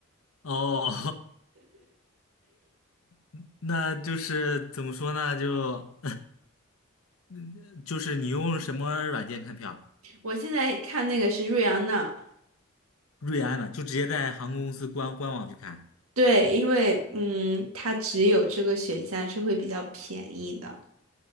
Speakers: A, on the left; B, on the right.
A: 哦，<laughs> 那就是怎么说呢？就 <laughs> 就是你用什么软件看票？
B: <laughs> 我现在看那个是瑞安娜，
A: 瑞安的就直接在航空公司官官网去看。
B: 对，因为嗯，它只有这个选项是会比较便宜的。